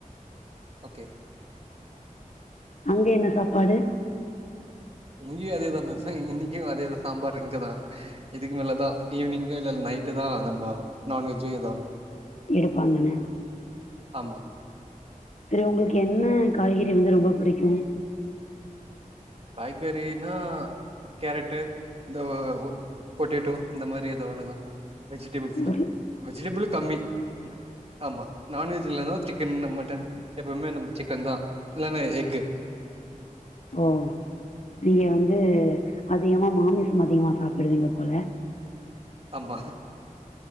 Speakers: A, on the right; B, on the left.
A: ஓகே
B: அங்க என்ன சாப்பாடு
A: இங்கேயு அதே தா மே இன்னைக்கு அதேதா சாம்பார் இங்கதா இதுக்கு மேலதா ஈவினிங்கு இல்ல நைட்டு தா நண்பா நான்வெஜ்ஜு எதானு
B: எடுப்பாங்கன்னு
A: ஆமா
B: செரி உங்களுக்கு என்ன காய்கறி வந்து ரொம்ப பிடிக்கு
A: காய்கறினா கேரட்டு இந்த பொட்டேட்டோ இந்த மாரி ஏதோ ஒன்னுதா வெஜிடபிள்ஸ்ல
B: ஒரு
A: வெஜிடபிள் கம்மி ஆமா நான்வெஜ்ல்ல இருந்த சிக்கன் மட்டன் எப்பவுமே நம்ம சிக்கன் தா இல்லன்னா எக்கு
B: ஓ நீங்க வந்து அதிகமா மாமிசம் அதிகமா சாப்பிடுவீங்க போல
A: ஆமா